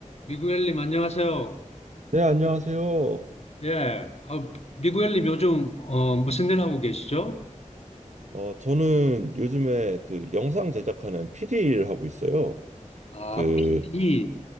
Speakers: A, on the left; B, on the right.
A: 미구엘님, 안녕하세요.
B: 네, 안녕하세요.
A: 예. 아, 미구엘님, 요즘, 어, 무슨 일 하고 계시죠?
B: 어, 저는 요즘에 그 영상 제작하는 PD 일 하고 있어요.
A: 아,
B: 그,
A: PD.